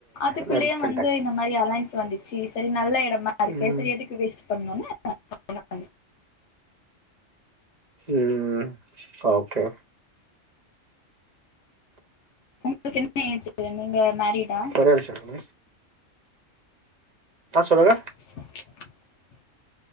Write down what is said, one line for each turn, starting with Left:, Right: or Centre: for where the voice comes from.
Left: அதுக்குள்ளயே
Right: மேரேஜ் பண்ட்டாங்க
Left: வந்து இந்த மாரி அலயன்ஸ் வந்துச்சு சரி நல்ல இடமா மா இருக்கே
Right: ம்
Left: எதுக்கு வேஸ்ட் பண்ணுனு கல்யாண பண்ணி
Right: ம் ஓகே
Left: உங்களுக்கு என்ன நீங்க மேரிடா
Right: ஒரே நிமிஷ இருங்க ஆ சொல்லுங்க
Left: <inaudible>